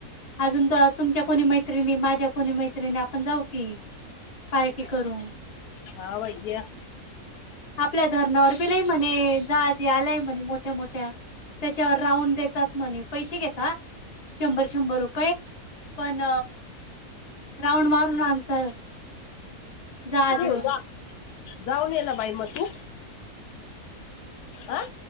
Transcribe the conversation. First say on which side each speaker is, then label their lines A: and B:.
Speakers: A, on the left (about 30°); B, on the left (about 85°).
A: अजून तर तुमच्या कोणी मैत्रिणी माझ्या कोणी मैत्रिणी आपण जाऊ की. पार्टी करू
B: हा बाई या.
A: आपल्या धरणावर बि लई म्हणे जाहाजे आल्याय म्हणे मोठ्या मोठ्या त्याच्यावर राऊंड देतात म्हणे पैसे घेता शंभर शंभर रुपये पण राऊंड मारून आणता जहाजीवर
B: तू जा जाऊन ये ना बाई मग तू आं